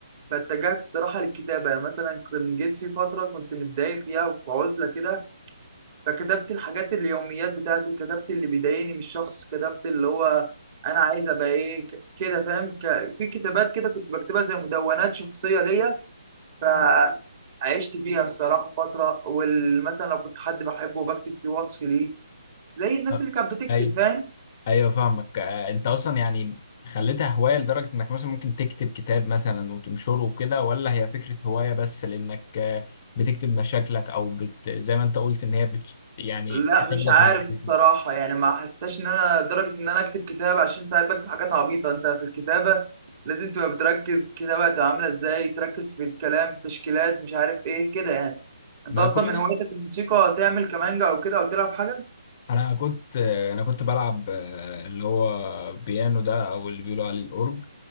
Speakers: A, on the right; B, on the left.
A: فاتجهت الصراحه للكتابه يعني مثلا كنت جيت في فتره كنت متضايق فيها وفي عزله كده فكتبت الحاجات اليوميات بتاعتي كتبت اللي بيضايقني من الشخص كتبت اللي هو انا عايز ابقى ايه ك- كده فاهم ك- في كتابات كده كنت بكتبها زي مدونات شخصيه ليا ف عشت فيها الصراحه فتره ومثلا لو كنت حد بحبه بكتب فيه وصف ليه زي الناس
B: أه.
A: اللي كانت بتكتب
B: أيوة
A: فاهم
B: ايوه فاهمك آه، انت اصلا يعني خليتها هوايه لدرجه انك مثلا ممكن تكتب كتاب مثلا وتنشره وكده ولا هي فكره هوايه بس لانك آه، بتكتب مشاكلك او بت... زي ما انت قلت ان هي بت... يعني
A: لا
B: بتاخدك
A: مش عارف
B: من مشاكلك
A: الصراحة يعني ما حسيتش إن أنا درجة إن أنا أكتب كتاب عشان ساعات بكتب حاجات عبيطة أنت في الكتابة لازم تبقى بتركز كتابة هتبقى عاملة إزاي تركز في الكلام تشكيلات مش عارف إيه كده يعني أنت
B: مع
A: أصلا
B: كل
A: من
B: ده
A: هوايتك الموسيقى تعمل كمانجا أو كده أو تلعب حاجة؟
B: انا كنت آه، انا كنت بلعب آه، اللي هو بيانو ده او اللي بيقولوا عليه الاورج